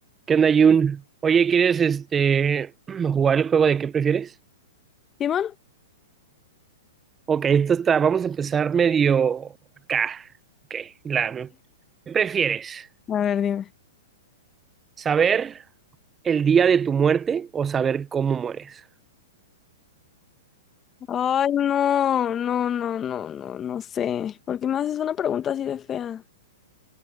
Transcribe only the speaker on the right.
¿Qué onda, Jun? Oye, ¿quieres este <clears throat> jugar el juego de qué prefieres?
Ok, esto está, vamos a empezar medio acá. Ok, la, ¿qué prefieres?
¿Saber el día de tu muerte o saber cómo mueres?